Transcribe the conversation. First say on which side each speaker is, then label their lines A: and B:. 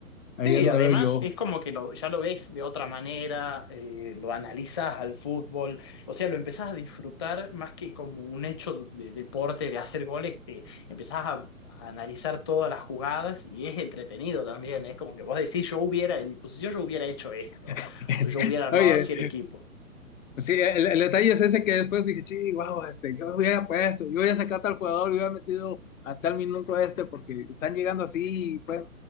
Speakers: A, on the left; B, on the left.
A: Ahí
B: Sí,
A: es donde
B: además
A: veo yo.
B: es como que lo- ya lo ves de otra manera, eh, lo analizas al fútbol, o sea, lo empezás a disfrutar más que como un hecho de deporte, de hacer goles, te empezás a, a analizar todas las jugadas y es entretenido también, es como que vos decís, yo hubiera, en mi posición yo hubiera hecho esto,
A: <laughs> Es-
B: o yo hubiera armado
A: Oye,
B: así el equipo,
A: Sí, el, el detalle es ese que después dije, sí, wow, este, yo hubiera puesto, yo hubiera sacado a tal jugador, yo hubiera metido a tal minuto este, porque están llegando así, y pues,